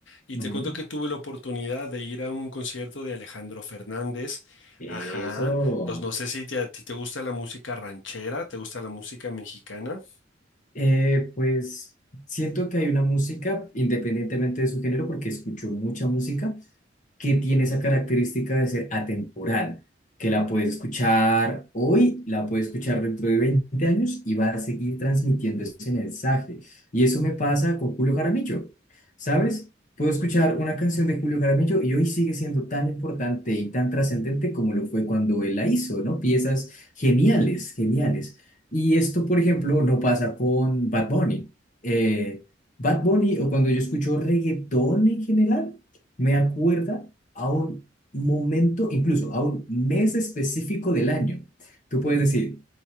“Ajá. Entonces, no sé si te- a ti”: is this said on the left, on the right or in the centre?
Left